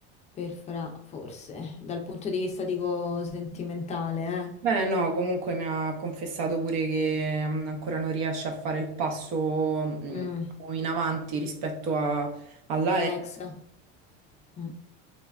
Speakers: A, on the left; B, on the right.
A: per Fra, forse, dal punto di vista, dico, sentimentale,
B: Beh, no, comunque mi ha confessato pure che mm, ancora non riesce a fare il passo mm,
A: eh. Mm,
B: in avanti rispetto a, all'AE.
A: Alexa. Mm.